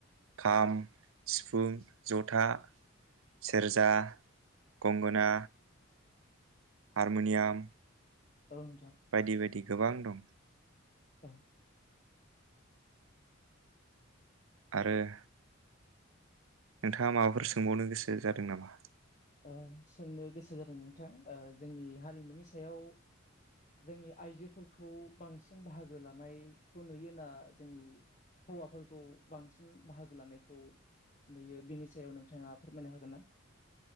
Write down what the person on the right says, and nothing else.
खाम, सिफुं, जथा । सेरजा, गंगोन । हारमोनियाम ।
बायदि-बायदि गोबां दं ।
आरो । नोंथाङा माबाफोर सोंबावनो गोसो जादों नामा ।